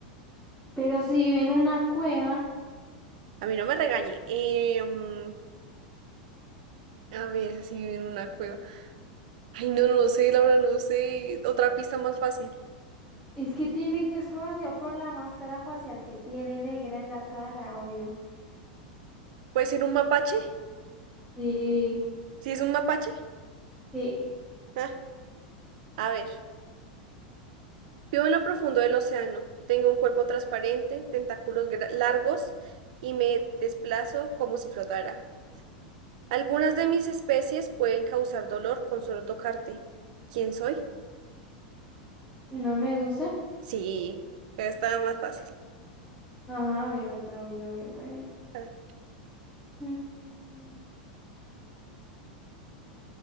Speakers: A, in the centre; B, on the right.
A: Pero si ven una cueva,
B: A mí no me regañe. Eh, mm, a ver, si vive en una cueva. Ay, no, no sé, Laura, no sé. Otra pista más fácil.
A: es que tiene, es conocido por la máscara facial que tiene negra en la cara, obvio.
B: ¿Puede ser un mapache?
A: Sí,
B: ¿Si es un mapache?
A: sí.
B: Ah, a ver. Vivo en lo profundo del océano. Tengo un cuerpo transparente, tentáculos gra- largos y me desplazo como si flotara. Algunas de mis especies pueden causar dolor con solo tocarte. ¿Quién soy?
A: Una medusa.
B: Sí, estaba más fácil.
A: Ajá, a ver, otra voy yo a ver, a ver.
B: A ver,
A: Mm,